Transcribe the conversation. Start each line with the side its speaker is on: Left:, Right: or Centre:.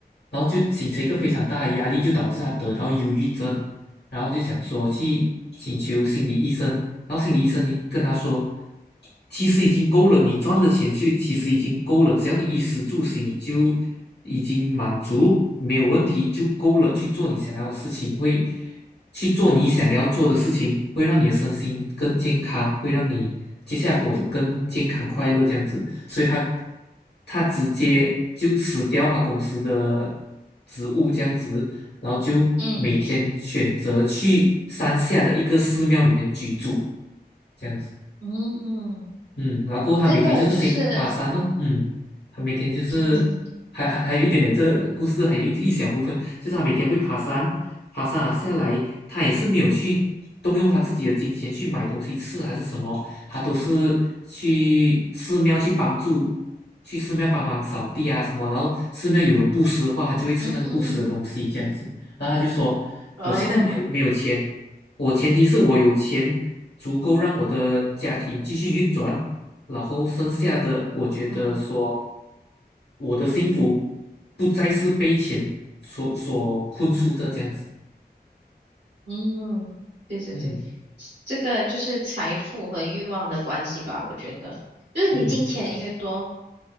Left: 然后就形成一个非常大的压力，
Right: 嗯
Left: 就导致他得到忧郁症，然后就想说去请求心理医生，然后心理医生跟他说，其实已经够了，你赚的钱就其实已经够了，只要你衣食住行就已经满足，没有问题就够了，去做你想要的事情，会去做你想要做的事情，会让你的身心更健康，会让你接下来活得更健康快乐这样子。所以他他直接就辞掉他公司的职务这样子，然后就每天选择去山下的一个寺庙里面居住。
Right: 嗯
Left: 这样子。
Right: 嗯嗯，
Left: 嗯，然后过后他每天就是行爬山哦，
Right: 这个就是
Left: 嗯，他每天就是还还还有一点点这个故事，
Right: 嗯
Left: 还有一一小部分，就是他每天会爬山，爬山啊下来，他也是没有去动用他自己的金钱去买东西吃还是什么，他都是去寺庙去帮助，去寺庙帮忙扫地啊什么，然后寺庙有人布施的话，他就会吃那个布施的东西这样子，
Right: 嗯嗯
Left: 然后他就说，
Right: 哦
Left: 我现在没有没有钱。我前提是我有钱足够让我的家庭继续运转，然后剩下的，我觉得说，
Right: 嗯。
Left: 我的幸福不再是被钱所所困束着这样子。
Right: 嗯，对对对，
Left: 嗯
Right: 这个就是财富和欲望的关系吧，我觉得，就是你金钱越多，
Left: 嗯，是是，